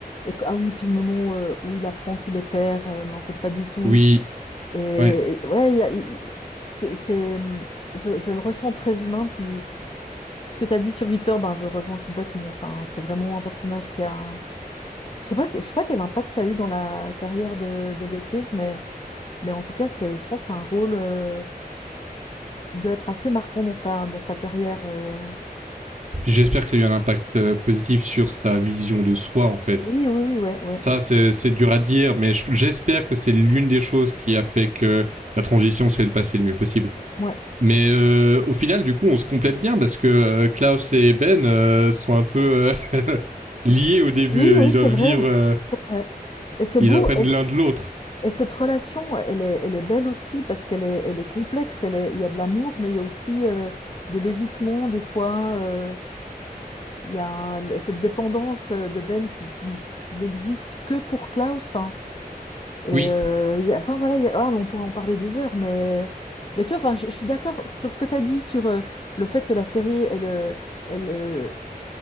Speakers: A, on the left (about 35°); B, on the right (about 50°).
A: et, qu- ah oui, puis le moment euh, où il apprend qu'il est père, euh, mais en fait, pas du tout.
B: Oui,
A: Et,
B: ouais.
A: et ouais, il y a- il- il- c'est, c'est, hum, je, je le ressens très humain, puis. Ce que tu as dit sur Victor, ben, je rejoins complètement. Enfin, c'est vraiment un personnage qui a. un- Je sais pas, je sais pas quel impact ça a eu dans la carrière de d'Elliot Page, mais, mais en tout cas, c'est, je pense que c'est un rôle euh, qui doit être assez marquant dans sa, dans sa carrière. euh.
B: Puis j'espère que ça a eu un impact euh, positif sur sa vision de soi, en fait.
A: Oui, oui, oui, ouais, ouais,
B: Ça, c'est dur à dire, mais j'espère que c'est l'une des choses qui a fait que sa transition s'est passée le mieux possible.
A: ouais.
B: Mais euh, au final, du coup, on se complète bien parce que euh, Klaus et Ben euh, sont un peu euh, <laughs> liés au début.
A: Oui, oui,
B: Ils
A: c'est
B: doivent
A: vrai.
B: vivre, euh,
A: C'est vrai. Et c'est
B: ils
A: beau.
B: apprennent
A: Et,
B: l'un de l'autre.
A: et cette relation, elle est, elle est belle aussi parce qu'elle est, elle est complexe. Elle est- il y a de l'amour, mais il y a aussi euh, de l'évitement des fois. euh, Il y a le- cette dépendance euh, de Ben qui, qui ne- qui n'existe que pour Klaus. hein. Et
B: Oui,
A: euh, il y a- enfin voilà, il y a- ah, mais on pourrait en parler des heures, mais, mais tu vois, enfin, je, je suis d'accord sur ce que tu as dit sur euh, le fait que la série, elle euh, elle, euh,